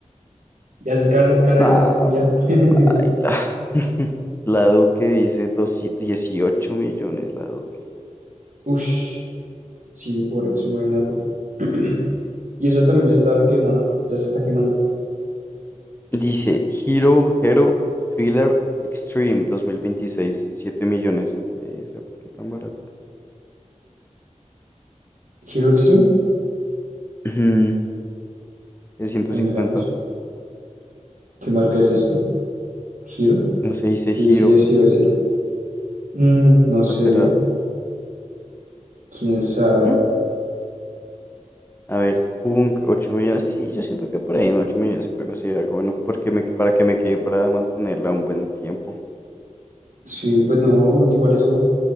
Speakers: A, on the right; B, on the left.
A: Y haces car- carreritas
B: Nah,
A: con Julián. <laughs>
B: baila. <laughs> La Duque dice doci- 18 millones. La Duque.
A: Ush, sí, por eso, imagínate. <clears throat> Y eso también ya está requemada, ya se está quemando.
B: Dice Hero Hero Thriller Extreme 2026, 7 millones. Ve esa, ¿por qué tan barata?
A: Hero Extreme,
B: Ujú, El ciento
A: ya
B: cincuenta
A: miramos. ¿Qué marca es esto? ¿Hero?
B: No sé dice
A: Sí,
B: Hero.
A: sí, es Hero, es Hero. Mm, no
B: ¿Qué tal
A: sé,
B: será?
A: quién sabe.
B: ¿Mm?
A: bro.
B: A ver, Hunk, ocho millones. Sí, yo siento que por ahí en 8 millones se puede conseguir algo bueno porque me, para que me quede para mantenerla un buen tiempo.
A: Sí, pues no, igual eso.